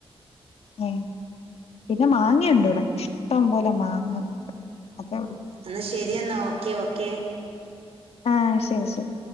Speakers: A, on the left (about 75°); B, on the right (about 70°).
A: ഏഹ് പിന്നെമാങ്ങുണ്ട്
B: അങ്ങനെ
A: ഇവിടെ ഇഷ്ടംപോലെ മാങ്ങ അതേള്ളൂ
B: എന്നാ ശെരി എന്ന ഓക്കെഓക്കെ
A: ആഹ് ശെരി ശെരി